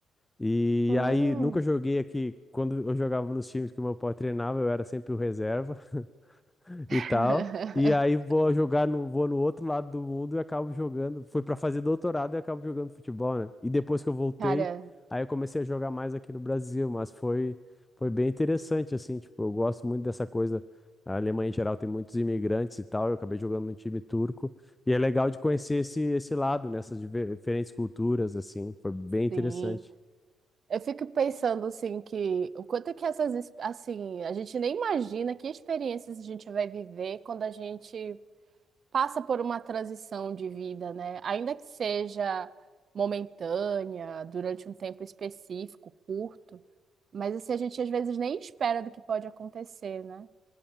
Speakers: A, on the left; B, on the right.
A: E
B: Hum.
A: aí nunca joguei aqui. Quando eu jogava nos times que o meu pai treinava, eu era sempre o reserva <laughs> e
B: <laughs>
A: tal. E aí vou jogar no, vou no outro lado do mundo e acabo jogando. Fui para fazer doutorado e acabo jogando futebol, né? E depois que eu voltei,
B: Cara,
A: aí eu comecei a jogar mais aqui no Brasil, mas foi foi bem interessante assim, tipo, eu gosto muito dessa coisa. A Alemanha em geral tem muitos imigrantes e tal. Eu acabei jogando no time turco e é legal de conhecer esse esse lado, nessas diver- diferentes culturas assim. Foi bem interessante.
B: sim. Eu fico pensando assim que o quanto é que essas ex- assim, a gente nem imagina que experiências a gente vai viver quando a gente passa por uma transição de vida, né? Ainda que seja momentânea, durante um tempo específico, curto, mas assim a gente às vezes nem espera do que pode acontecer, né?